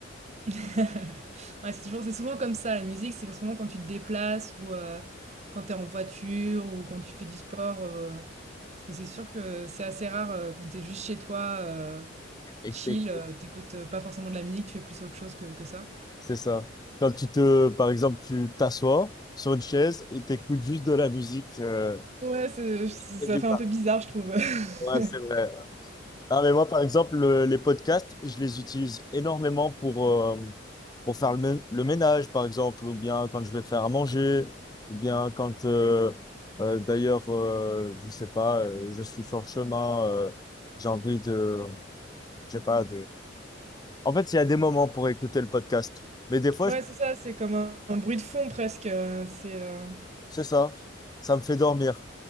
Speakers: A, on the right; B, on the left.
A: <laughs> Ouais, c'est toujours c'est souvent comme ça, la musique, c'est souvent quand tu te déplaces ou heu, quand tu es en voiture ou quand tu fais du sport, heu, parce que c'est sûr que c'est assez rare, heu, quand tu es juste chez toi, heu,
B: Et
A: chill,
B: t'écoutes
A: heu, tu écoutes, pas forcément de la musique, tu fais plus autre chose que que ça.
B: C'est ça. Quand tu te, par exemple, tu t'assois sur une chaise et t'écoutes juste de la musique. euh,
A: Ouais, c'est ça
B: régulière.
A: fait un peu bizarre, je trouve. <laughs>
B: Ouais, c'est vrai. Ah, mais moi, par exemple, le- les podcasts, je les utilise énormément pour, euh, pour faire le, mé- le ménage, par exemple, ou bien quand je vais faire à manger, ou bien quand, euh, euh, d'ailleurs, euh, je sais pas, euh, je suis sur le chemin, euh, j'ai envie de, je sais pas, En fait, il y a des moments pour écouter le podcast. Mais des fois,
A: Ouais,
B: je-
A: c'est ça, c'est comme un un bruit de fond presque, heu, c'est, heu
B: c'est ça. Ça me fait dormir.